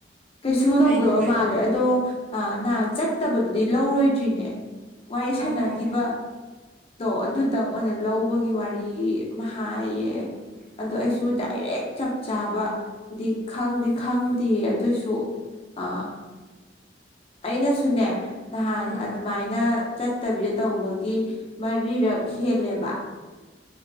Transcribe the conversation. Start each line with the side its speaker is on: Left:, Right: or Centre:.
Left: ꯀꯩꯁꯨ
Right: ꯀꯩꯅꯣ
Left: ꯇꯧꯗꯕ
Right: ꯀꯩ
Left: ꯃꯥꯜꯂꯦ ꯑꯗꯣ ꯑ ꯅꯍꯥꯟ ꯆꯠꯇꯕꯗꯨꯗꯤ ꯂꯧꯔꯣꯏꯗ꯭ꯔꯤꯅꯦ ꯋꯥꯔꯤ ꯁꯥꯟꯅꯈꯤꯕ
Right: ꯑꯣ
Left: ꯗꯣ ꯑꯗ ꯈꯤꯇꯪ ꯑꯣꯏꯅ ꯂꯧꯕꯒꯤ ꯋꯥꯔꯤ ꯒꯤ ꯃꯍꯥꯌꯦ
Right: ꯑꯣ
Left: ꯑꯗ ꯑꯩꯁꯨ ꯗꯥꯏꯔꯦꯛ ꯆ ꯆꯥꯕꯗꯤ ꯈꯪꯗꯤ ꯈꯪꯗꯦ ꯇꯨꯁꯨ ꯑ ꯑꯩꯅꯁꯨꯅꯦ ꯅꯍꯥꯟ
Right: ꯎꯝ
Left: ꯑꯗꯨꯃꯥꯏꯅ ꯆꯠ ꯐꯠꯇꯕꯤꯗ ꯇꯧꯕꯒꯤ ꯃꯔꯤꯔꯛ ꯍꯦꯜꯂꯦꯕ